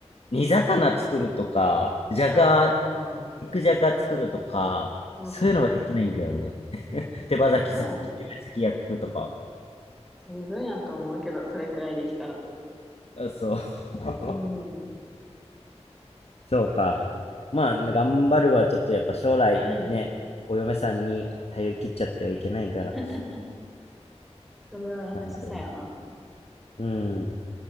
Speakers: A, on the left; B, in the centre.
A: 煮魚作るとか、じゃが、
B: ああ、うん
A: 肉じゃが作るとか、
B: うん。
A: そういうのはできないんだよね。手羽先さ、
B: まあ、
A: 手羽先焼くとか。
B: 十分やと思うけど、それくらいできたら。
A: あそう。<laughs>
B: うん、
A: そうか。まあ、頑張るはちょっとやっぱ将来ね、
B: うん。
A: お嫁さんに頼り切っちゃってはいけないから、
B: <laughs> それは優しさやな。
A: 頑張る。うん、